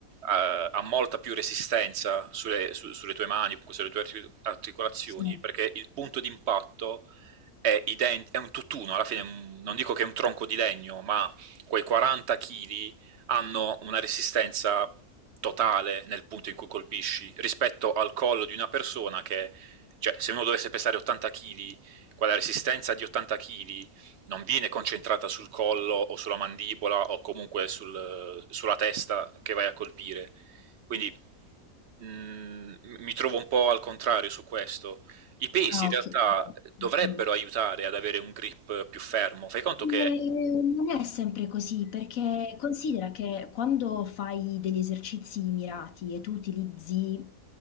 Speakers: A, on the right; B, on the left.
A: eh, ha molta più resistenza sulle, su- sulle tue mani, comunque sulle tue arti- articolazioni,
B: Sì.
A: perché il punto d'impatto è, ident- è un tutt'uno, alla fine è un- non dico che è un tronco di legno, ma quei 40 kg hanno una resistenza totale nel punto in cui colpisci rispetto al collo di una persona che, cioè, se uno dovesse pesare 80 kg, quella resistenza di 80 kg non viene concentrata sul collo o sulla mandibola o comunque sul- sulla testa che vai a colpire. Quindi mh, mi trovo un po' al contrario su questo. I pesi
B: Ah
A: in realtà
B: okay. Okay.
A: dovrebbero aiutare ad avere un grip più fermo. Fai conto
B: Ehm,
A: che
B: non è sempre così, perché considera che quando fai degli esercizi mirati e tu utilizzi